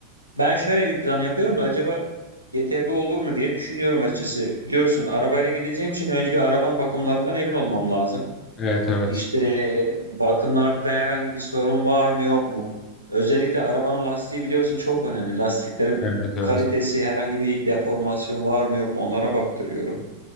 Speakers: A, on the right; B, on the left.
A: ben şöyle bir plan yapıyorum da acaba yeterli olur mu diye düşünüyorum açıkçası. Biliyorsun arabayla gideceğim için önce bir arabanın bakımlarından emin olmam lazım.
B: Evet evet.
A: İşte bakımlarda herhangi bir sorun var mı yok mu? Özellikle arabanın lastiği biliyorsun çok önemli. Lastiklerin
B: Evet evet.
A: kalitesi herhangi bir deformasyon var mı yok mu onlara baktırıyorum.